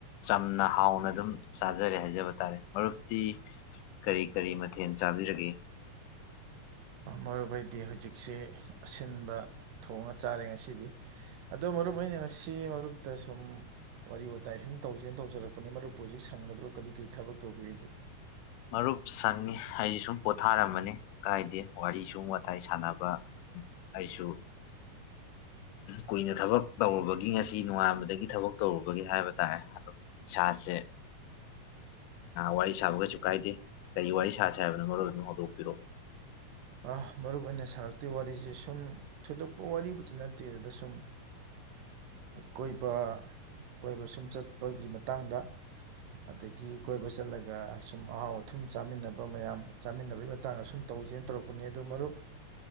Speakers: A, on the left; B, on the right.
A: ꯆꯝꯅ ꯍꯥꯎꯅ ꯑꯗꯨꯝ ꯆꯥꯖꯔꯦ ꯍꯥꯏꯖꯕ ꯇꯥꯔꯦ ꯃꯔꯨꯞꯇꯤ ꯀꯔꯤ ꯀꯔꯤ ꯃꯊꯦꯜ ꯆꯥꯕꯤꯔꯒꯦ
B: ꯃꯔꯨꯞ ꯑꯩꯗꯤ ꯍꯧꯖꯤꯛꯁꯤ ꯑꯁꯤꯟꯕ ꯊꯣꯡꯉ ꯆꯥꯔꯦ ꯉꯁꯤꯗꯤ ꯑꯗꯣ ꯃꯔꯨꯞ ꯑꯩꯅ ꯉꯁꯤ ꯃꯔꯨꯞꯇ ꯁꯨꯝ ꯋꯥꯔꯤ ꯋꯥꯇꯥꯏ ꯁꯨꯝ ꯇꯧꯁꯦꯅ ꯇꯧꯖꯔꯛꯄꯅꯤ ꯃꯔꯨꯞꯄꯨ ꯍꯧꯖꯤꯛ ꯁꯪꯒꯗ꯭ꯔꯣ ꯀꯔꯤ ꯀꯔꯤ ꯊꯕꯛ ꯇꯧꯕꯤꯔꯤꯒꯦ
A: ꯃꯔꯨꯞ ꯁꯟꯅꯤꯤ ꯑꯩꯁꯦ ꯁꯨꯝ ꯄꯣꯊꯥꯔꯝꯃꯅꯤ ꯀꯥꯏꯗꯦ ꯋꯥꯔꯤꯁꯨ ꯋꯥꯇꯥꯏ ꯁꯥꯟꯅꯕ ꯑꯗꯨꯝ ꯑꯩꯁꯨ ꯀꯨꯏꯅ ꯊꯕꯛ ꯇꯧꯔꯨꯕꯒꯤ ꯉꯁꯤ ꯅꯣꯉꯥꯟꯕꯗꯒꯤ ꯊꯕꯛ ꯇꯧꯔꯨꯕꯒꯤ ꯍꯥꯏꯕ ꯇꯥꯔꯦ ꯑꯗꯨꯝ ꯏꯁꯥꯁꯦ ꯋꯥꯔꯤ ꯁꯥꯕꯒꯁꯨ ꯀꯥꯏꯗꯦ ꯀꯔꯤ ꯋꯥꯔꯤ ꯁꯥꯁꯦ ꯍꯥꯏꯕꯅꯣ ꯃꯔ ꯑꯣꯏꯗꯨꯅ ꯍꯧꯗꯣꯛꯄꯤꯔꯛꯑꯣ
B: ꯑ ꯃꯔꯨꯏ ꯑꯣꯏꯅ ꯁꯥꯔꯛꯇꯣꯏ ꯋꯥꯔꯤꯁꯦ ꯁꯨꯝ ꯊꯣꯏꯗꯣꯛꯄ ꯋꯥꯔꯤꯕꯨꯗꯤ ꯅꯠꯇꯦ ꯑꯗꯨꯗ ꯁꯨꯝ ꯀꯣꯏꯕ ꯀꯣꯏꯕ ꯁꯨꯝ ꯆꯠꯄꯒꯤ ꯃꯇꯥꯡꯗ ꯑꯗꯒꯤ ꯀꯣꯏꯕ ꯆꯠꯂꯒ ꯁꯨꯝ ꯑꯍꯥꯎ ꯑꯊꯨꯝ ꯆꯥꯃꯤꯟꯅꯕ ꯃꯌꯥꯝ ꯆꯥꯃꯤꯟꯅꯕꯩ ꯃꯇꯥꯡꯗ ꯁꯨꯝ ꯇꯧꯖꯦꯅ ꯇꯧꯔꯛꯄ ꯂꯄꯅꯤ ꯑꯗꯣ ꯃꯔꯨꯞ